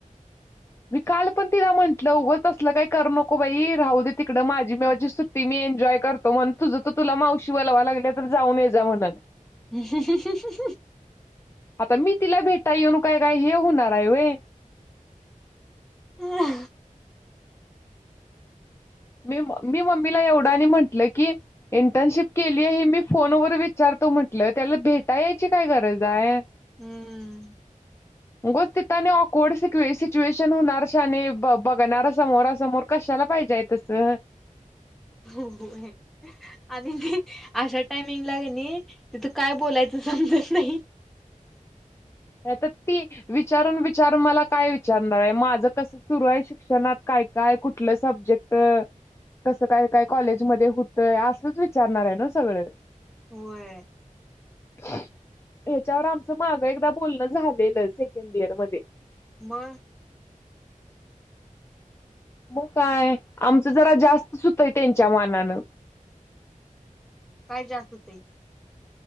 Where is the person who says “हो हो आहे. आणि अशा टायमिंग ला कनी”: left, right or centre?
Centre